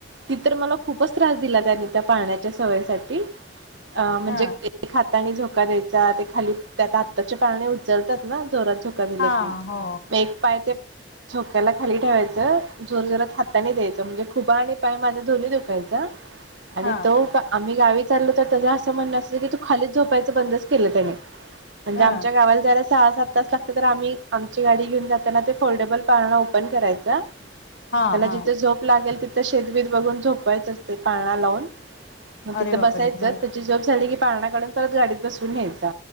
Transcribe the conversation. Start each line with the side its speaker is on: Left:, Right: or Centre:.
Right: ती तर मला खूपच त्रास दिला त्यानी त्या पाळण्या सवयसाठी आ म्हणजे
Left: हा
Right: हाताने झो झोका द्यायचा ते खाली त्या आत्ताचे पाळणे उचलत. मग जोरात झो दिला
Left: हा
Right: की,
Left: हो
Right: मे एक पाय ते झोक्याला खाली ठेवायच, जोर जोरात हातानी द्यायच, म्हणजे खुबा आणि पाय माझ्या दोन्ही दुखायचं, आणि
Left: हा
Right: तो पा आ मी गावीच. चाल तर त्यां असं म्हण असं की तू. खालीच झोपायचं बंदच केलं त्याने. म्हणजे
Left: ह
Right: आमच्या गावाला जरा सहा सात तास लागते तर आम्ही, आमची गाडी घेऊन जाताना ते फोल्डेबल पाळणा ओपन करायचा.
Left: हा
Right: त्याला
Left: हा
Right: जिथे झोप लागेल तिथ. शेतबीत बघून झोपायचं ते पाळना लावून मग
Left: अरे
Right: तिथं
Left: बापरे
Right: बसायचं
Left: बर.
Right: त्याची झोप झाली की पाळना न परत गाडीत बसून न्यायचं